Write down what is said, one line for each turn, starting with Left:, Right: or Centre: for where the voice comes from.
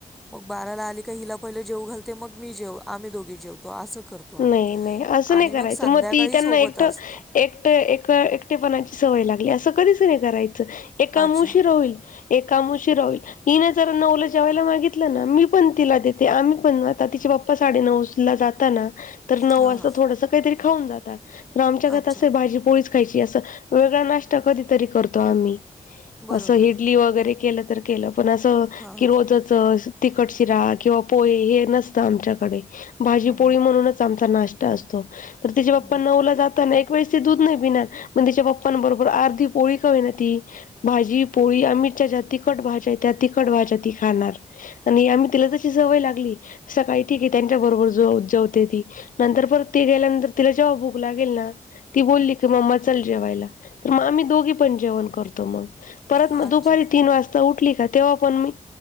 Centre: मग बाराला आली का हिला पहिले जेवू घालते मग मी जेव, आम्ही दोघे जेवतो असं करतो.
Left: नाही
Centre: आम्ही
Left: नाही असं
Centre: आणि
Left: नाही करायचं,
Centre: संध्याकाळी
Left: मग ती त्यांना
Centre: सोबत
Left: एकट
Centre: असतो
Left: एक- एकवेळ एकटेपणाची सवय लागली असं कधीच नाही करायचं, एक
Centre: अच्छा
Left: काम उशीरा होईल. एक काम उशीरा होईल, हिने जर नऊला जेवायला मागितलं ना, मी पण तिला देत- ते आम्ही पण म आता तिचे पप्पा साडेनऊला जाता ना, तर नऊ
Centre: हां
Left: वाजता
Centre: हां
Left: थोडस काहीतरी खाऊन जातात. आमच्या घरात
Centre: अच्छा
Left: अस आहे भाजी पोळीच- पाहिजे असं. वेगळा नाष्टा कधीतरी करतो आम्ही,
Centre: बरोबर
Left: असं
Centre: आहे
Left: इडली वगैरे केलं तर- केलं, पण असं
Centre: हा
Left: की
Centre: हा.
Left: रोजच अस- तिखट शिरा किंवा पोहे हे नसतं आमच्याकडे. भाजी
Centre: हम्म हम्म.
Left: पोळी म्हणून- च आमचा नाश्ता असतो. तर तिचे
Centre: हम्म
Left: पप्पा
Centre: हम्म.
Left: नऊला जाता ना, एक वेळेस ती दूध नाही पिणार- पण तिच्या पप्पांबरोबर अर्धी पोळी का होईना ती- भाजी पोळी आणि आमच्या ज्या तिखट भाज्या आहे त्या तिखट भाज्या ती खाणार. आणि आम्ही तिला तशी सवय लागली सकाळी ठीक आहे त्यांच्या बरोबर जो- जेवते ती. नंतर परत ते गेल्यानंतर तिला जेवा भुक लागेल ना. ती बोल्ली की, मम्मा चल जेवायला तर मग आम्ही दोघी पण जेवण करतो मग. परत
Centre: जेवतो.
Left: मग
Centre: अच्छा.
Left: दुपारी तीन वाजता उठली का तेव्हा पण मी